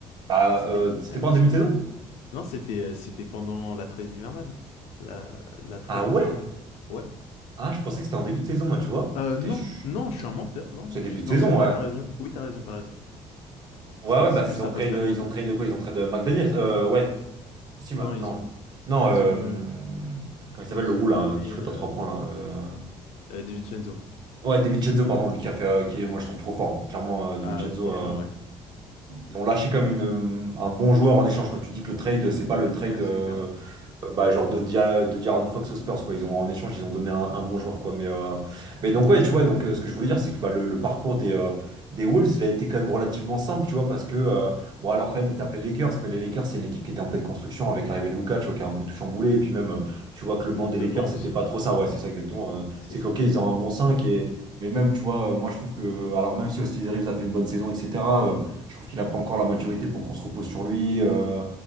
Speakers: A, on the right; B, on the left.
A: Bah,
B: C'était
A: euh,
B: il
A: c'était
B: y a même
A: pas en
B: six
A: début
B: mois.
A: de saison?
B: Non, c'était euh, c'était pendant la trêve hivernale. La, la trêve
A: Ah ouais?
B: hivernale. Ouais.
A: Ah, je pensais que c'était en début de saison, moi, tu vois.
B: Euh, non,
A: T'es ch-
B: non, je suis un menteur. Non,
A: C'est
B: non, je
A: début
B: suis-
A: de
B: non,
A: saison,
B: c'est vrai,
A: ouais.
B: t'as raison. Oui, t'as raison, t'as raison.
A: Ouais,
B: C'est
A: ouais,
B: c'est
A: bah, ils
B: juste,
A: ont
B: ça
A: trade,
B: passe tellement
A: ils
B: vite.
A: ont trade de quoi? Ils ont trade de McDaniels. Euh, ouais. Si maintenant.
B: Non, ils ont,
A: Non,
B: ils
A: Non, euh,
B: ont,
A: comment il s'appelle
B: ils
A: le roux
B: ont donné
A: là, euh, qui shoot
B: euh,
A: à 3 points là. euh,
B: euh, De Vincenzo.
A: Ouais, David Chenzo, pardon, lui qui a fait, euh, qui
B: Ouais.
A: est- moi je trouve trop fort. hein. Clairement, euh, David
B: Ah,
A: Chenzo,
B: franchement,
A: euh,
B: ouais.
A: ils ont lâché comme une, euh, un bon joueur en échange. Quoi. Tu dis que le trade, c'est pas
B: Ouais,
A: le trade.
B: ouais,
A: euh,
B: c'est clair.
A: euh, bah, genre de, Dia- de Diaron Fox aux Spurs, quoi. Ils ont, en échange, ils ont donné un, un bon joueur, quoi. Mais, euh, mais donc,
B: Ouais,
A: ouais,
B: c'est
A: tu vois,
B: clair.
A: donc, euh, ce que je voulais dire, c'est que bah, le, le parcours des, euh, des Wolves, il a été quand même relativement simple, tu vois, parce que, euh, bon, alors quand même, ils tapent les Lakers, mais les Lakers, c'est une équipe qui était en pleine construction avec l'arrivée de Luka, tu vois, qui a un peu tout chamboulé. Et puis même, euh, tu vois que le
B: Il
A: banc
B: manque
A: des
B: de
A: Lakers,
B: banc
A: c'était
B: aussi.
A: pas trop ça. Ouais, c'est ça exactement. euh,
B: C'est
A: c'est
B: ça,
A: qu'ok,
B: c'est
A: ils
B: ça.
A: ont un bon 5 et. Mais même, tu vois, euh, moi je trouve que, euh, alors même si Austin Reeves a fait une bonne saison, etc., euh, je trouve qu'il n'a pas encore la maturité pour qu'on se repose sur lui. euh,